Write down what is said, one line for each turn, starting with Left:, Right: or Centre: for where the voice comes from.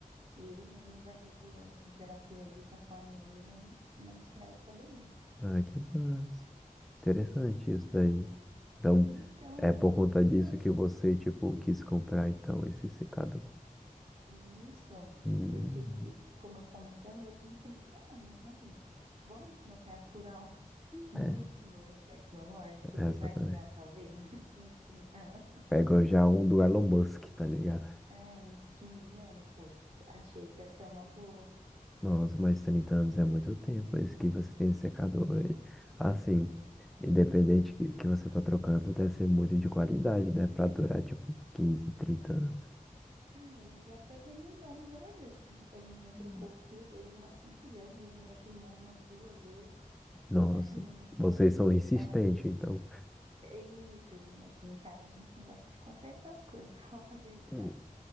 Right: e ele mesmo vai regulando a temperatura ali conforme o uso, ele não estraga o cabelinho.
Centre: Ah, que massa. Interessante
Right: né?
Centre: isso daí. Então,
Right: Então,
Centre: é
Right: é muito
Centre: por conta disso
Right: interessante.
Centre: que você, tipo, quis comprar, então, esse secador.
Right: E isso,
Centre: Hum,
Right: porque, como eu comentei, o meu tem 30 anos. Então, assim, vamos trocar por algo <laughs> muito
Centre: é,
Right: novo e tecnológico
Centre: é,
Right: que
Centre: exatamente.
Right: vai durar, talvez, <laughs> uns 30 anos.
Centre: Pegou já um do Elon Musk, tá ligado?
Right: É, uns 15 anos. Pô, achei que ia ser uma boa.
Centre: Nossa, mas 30 anos é muito tempo, é isso que você tem de secador. E, Assim, independente que, que você tá trocando, deve ser muito de qualidade, né? Pra durar, tipo, 15, 30 anos.
Right: Ah, ele já foi remendado várias vezes. Tipo, a gente já trocou
Centre: Hum.
Right: o fio dele umas cinco vezes, ele já queimou umas duas vezes. <laughs>
Centre: Nossa,
Right: Aí minha mãe só.
Centre: vocês são insistentes,
Right: É,
Centre: então.
Right: É Isso, gente. Aqui em casa a gente gosta de consertar as coisas, <laughs> pra falar a verdade.
Centre: Hum.